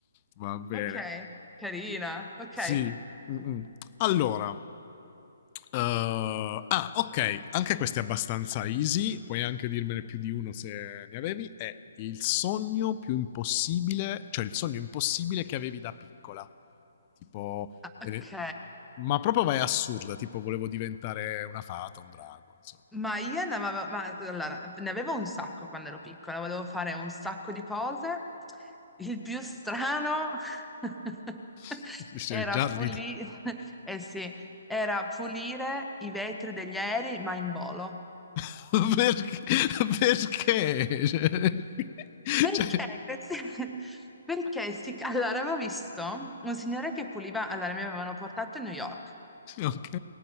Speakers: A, on the left; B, in the centre.
A: Va bene.
B: Ok, carina. Ok.
A: Sì. mm, mm. Allora, Uh, ah, ok, anche questo è abbastanza easy, puoi anche dirmene più di uno se ne avevi, è il sogno più impossibile, cioè il sogno impossibile che avevi da piccola. Tipo,
B: Ah,
A: te
B: ok.
A: ne- ma proprio vai assurda, tipo volevo diventare una fata, un drago, insomma.
B: Ma io ne avevo, ma, allora, ne avevo un sacco quando ero piccola, volevo fare un sacco di cose. Il più strano <laughs>
A: <laughs> Cioè,
B: era
A: già
B: pulire,
A: ridi.
B: <laughs> eh sì, era pulire i vetri degli aerei, ma in volo.
A: <laughs> perché? Perché? Cioè, <laughs>
B: Perché?
A: cioè-
B: Questi- <laughs> Perché si... Allora, avevo visto un signore che puliva, allora mi avevano portato a New York.
A: <laughs> ok,